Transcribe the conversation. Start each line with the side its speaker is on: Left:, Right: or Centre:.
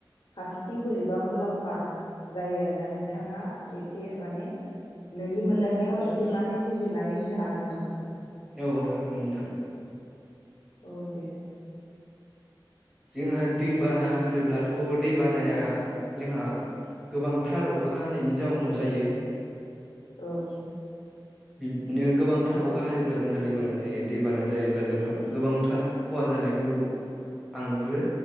Left: फारसेथिं बोरैबा मुलाम्फा जायो आरोना नोंथाङा एसे माने नोंनि मोनदांनायाव एसे मानो बिजिरनानै होनो हागोन नामा
Centre: औ हागोन नोंथां
Left: औ दे
Centre: जोंहा दैबाना होनोब्लाथ' दैबानाया जोंहा गोबांथार अखा हानायनि जाउनाव जायो
Left: औ
Centre: बिदिनो गोबांथार अखा हायोब्ला जोंहा दैबाना जायो दैबाना जायोब्ला जोंहा गोबांथार खहा जानायखौ आं नुहुरो